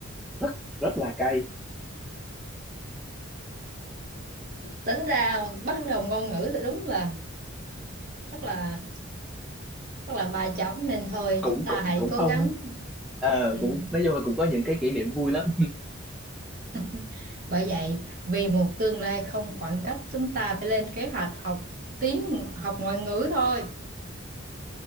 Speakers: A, in the centre; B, on the right (about 40°).
A: rất rất là cay
B: tính ra bắt đầu ngôn ngữ thì đúng là rất là rất là ba chấm nên thôi
A: cũng
B: chúng ta
A: cũng
B: hãy
A: cũng
B: cố
A: không
B: gắng
A: á. ờ
B: ừ.
A: cũng nói chung là cũng có những cái kỷ niệm vui lắm
B: <laughs> bởi vậy vì một tương lai không khoảng cách chúng ta phải lên kế hoạch học tiếng học ngoại ngữ thôi